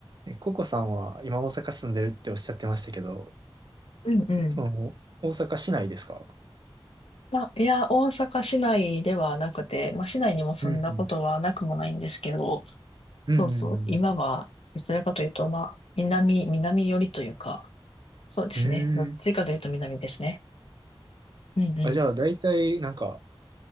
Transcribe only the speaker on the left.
うんうん。
あ、いや、大阪市内ではなくて、まあ、市内にも住んだことはなくもないんですけど、
そうそう、今は、どちらかというと、まあ、南、南寄りというか、そうですね。
どっちかというと南ですね。うんうん。